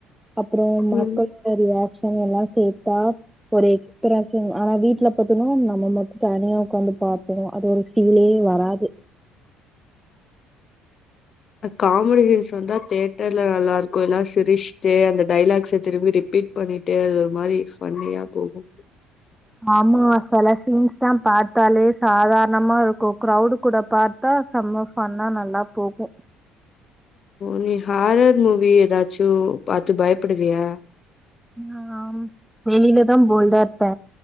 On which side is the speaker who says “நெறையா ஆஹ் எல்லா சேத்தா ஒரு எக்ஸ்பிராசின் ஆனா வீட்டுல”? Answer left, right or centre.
Centre